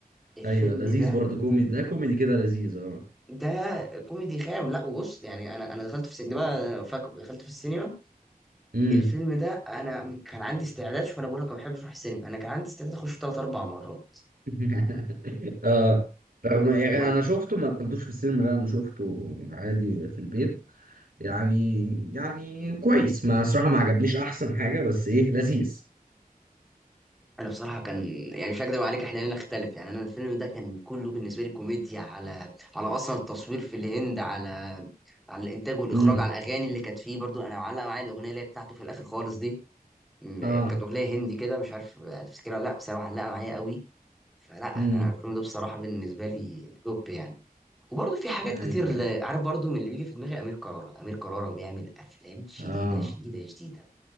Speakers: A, in the centre; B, on the right.
A: الفيلم
B: ايوه لذيذ
A: ده
B: برضو كوميدي ده كوميدي كده لذيذ اه
A: ده كوميدي خام لا وبص يعني انا انا دخلت في السينما فاكر دخلت في السينما
B: امم
A: الفيلم ده انا كان عندي استعداد شوف انا بقول لك ما بحبش اروح السينما انا كان عندي استعداد اخش ثلاث اربع مرات
B: <laughs> اه رغم يعني
A: هو
B: انا شفته ما دخلتوش في السينما لا انا شفته عادي في البيت يعني يعني كويس ما صراحة ما عجبنيش احسن حاجة بس ايه لذيذ
A: انا بصراحه كان يعني مش هكدب عليك احنا لنا اختلف يعني انا الفيلم ده كان كله بالنسبه لي كوميديا على على اصلا التصوير في الهند على على الانتاج والاخراج
B: امم
A: على الاغاني اللي كانت فيه برضو انا معلق معايا الاغنيه اللي هي بتاعته في الاخر خالص دي م-
B: اه
A: كانت اغنيه هندي كده مش عارف هتفتكرها ولا لا بس انا معلقه معايا قوي فلا
B: امم
A: انا الفيلم ده بصراحه بالنسبه لي توب يعني وبرضه في حاجات
B: ايوه
A: كتير ل-
B: أيوة.
A: عارف برضه من اللي بيجي في دماغي امير كرارة امير كرارة بيعمل افلام شديده
B: اه
A: شديده شديده